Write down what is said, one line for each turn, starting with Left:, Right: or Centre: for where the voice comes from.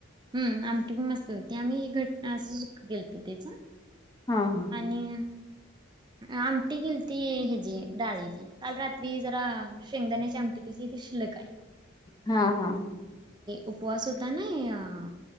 Right: हूं, आमटी पण मस्त होती. आम्ही घट्ट ना असंच केलंत तेच
Left: हा हा
Right: आणि
Left: <inaudible>
Right: आमटी केलती हेजी डाळीची. काल रात्री जरा शेंगदाण्याची आमटी केलती तीे लयकाय.
Left: हां, हां.
Right: उपवास होता नई आं.